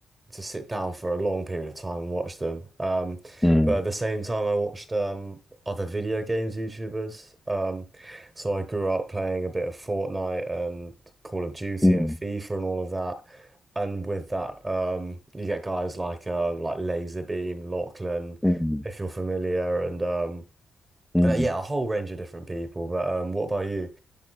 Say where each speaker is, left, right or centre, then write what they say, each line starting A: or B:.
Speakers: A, on the right; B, in the centre.
A: to sit down for a long period of time and watch them. Um,
B: Mm. Mm.
A: but at the same time, I watched um, other video games YouTubers. Um, so I grew up playing a bit of Fortnite and Call of Duty
B: Mm. Mm.
A: and FIFA and all of that. And with that, um, you get guys like uh, like Laserbeam, Lachlan,
B: mm,
A: if you're familiar, and um,
B: mm.
A: and uh, yeah, a whole range of different people. But um, what about you?